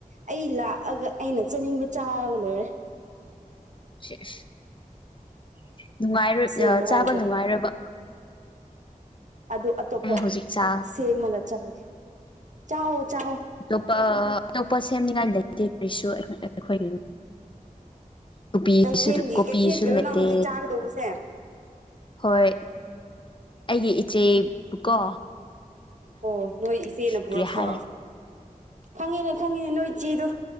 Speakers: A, on the right; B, on the left.
A: ꯑꯩ ꯂꯥꯛꯑꯒ ꯑꯩꯅ ꯆꯥꯅꯤꯡꯕ ꯆꯥꯔꯒ ꯂꯣꯏꯔꯦ
B: ꯁꯤꯁ ꯅꯨꯡꯉꯥꯏꯔꯣꯏ
A: ꯑꯁꯦꯡꯕ
B: ꯑꯥ ꯆꯥꯕ
A: ꯍꯥꯏꯔꯒ
B: ꯅꯨꯡꯉꯥꯏꯔꯣꯏꯕ
A: ꯑꯗꯨ ꯑꯇꯣꯞꯄ
B: ꯑꯩ ꯍꯧꯖꯤꯛ ꯆꯥ
A: ꯁꯦꯝꯃꯒ ꯆꯥꯒꯦ ꯆꯥꯎ ꯆꯥꯎ
B: ꯑꯇꯣꯞꯄ ꯑꯇꯣꯞꯄ ꯁꯦꯝꯅꯤꯉꯥꯏ ꯂꯩꯇꯦ ꯀꯩꯁꯨ ꯑꯩꯈꯣꯏꯒꯤ ꯀꯣꯞꯕꯤ
A: ꯀꯩꯊꯦꯜꯒꯤ
B: ꯀꯣꯞꯕꯤꯁꯨ
A: ꯀꯩꯊꯦꯜꯒꯤꯔꯣ
B: ꯂꯩꯇꯦ
A: ꯅꯪ ꯍꯧꯖꯤꯛ ꯆꯥꯒꯗꯧꯕꯁꯦ
B: ꯍꯣꯏ ꯑꯩꯒꯤ ꯏꯆꯦꯄꯨꯀꯣ
A: ꯑꯣ ꯅꯣꯏ ꯏꯆꯦꯅ ꯄꯨꯔꯛꯄ
B: ꯀꯔꯤ ꯍꯥꯏ
A: ꯈꯪꯉꯤꯗ ꯈꯪꯉꯤꯅꯦ ꯅꯣꯏ ꯏꯆꯦꯗꯣ